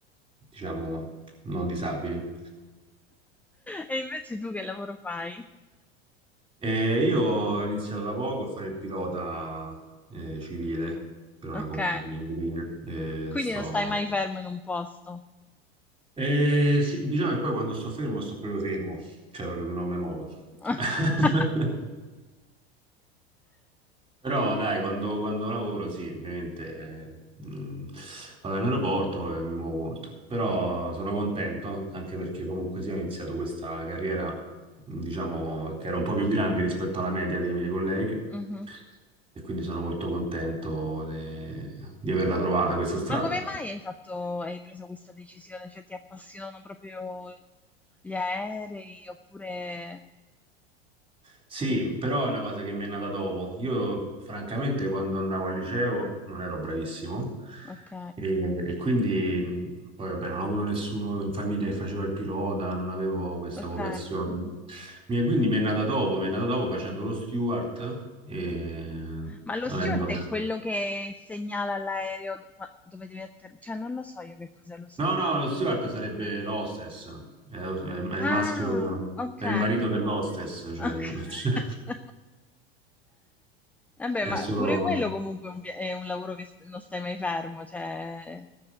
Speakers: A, on the right (about 15°); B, in the centre.
A: diciamo, non disabili.
B: E invece tu che lavoro fai?
A: E io ho iniziato da poco a fare il pilota eh, civile per
B: Ok?
A: una compagnia di linee. E
B: Quindi
A: sto
B: non stai mai fermo in un posto.
A: Eh, sì, bisogna che poi quando sto fermo, sto proprio fermo, cioè proprio non mi muovo.
B: <laughs>
A: <laughs> Però dai, quando, quando lavoro, sì, ovviamente eh, mh, vado in aeroporto e mi muovo molto. Però sono contento, anche perché comunque sì, ho iniziato questa carriera, mh, diciamo, che era un po' più grande rispetto alla media dei miei colleghi.
B: Mhm.
A: E quindi sono molto contento de- di averla trovata questa strada.
B: Ma come mai hai fatto, hai preso questa decisione? Cioè, ti appassionano proprio gli aerei oppure...
A: Sì, però è una cosa che mi è nata dopo. Io, francamente, quando andavo al liceo non ero bravissimo
B: Ok,
A: e, e quindi mh, poi, vabbè, non ho avuto nessuno in famiglia che faceva il pilota, non avevo questa
B: ok.
A: vocazione. Mi- è- quindi mi è nata dopo, mi è nata dopo facendo lo steward e
B: Ma lo
A: avendo...
B: steward è quello che segnala all'aereo do- qua- dove devi atterrare? Cioè, non lo so io che cos'è lo steward.
A: No, no, lo steward sarebbe l'hostess, è, è- è il
B: Ah,
A: maschio,
B: ok.
A: è il marito dell'hostess, cioè
B: Ok.
A: <laughs>
B: <laughs> Vabbè,
A: è
B: ma
A: solo...
B: pure quello comunque è un vi- è un lavoro che s- non stai mai fermo, cioè...